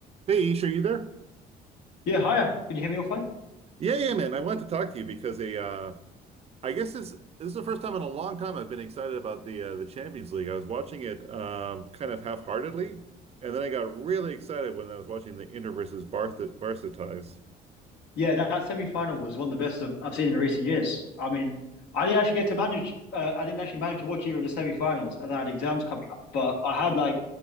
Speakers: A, on the right; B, on the left.
A: Hey, Ish, are you there?
B: Yeah, hiya. Can you hear me all fine?
A: Yeah, yeah, man. I wanted to talk to you because a uh I guess this this is the first time in a long time I've been excited about the uh, the Champions League. I was watching it um kind of half-heartedly, and then I got really excited when I was watching the Inter versus Barca Barca ties.
B: Yeah, that that semi-final was one of the best I've, I've seen in recent years. I mean, I didn't actually get to manage. Uh, I didn't actually manage to watch either of the semi-finals, as I had exams coming up. But I had like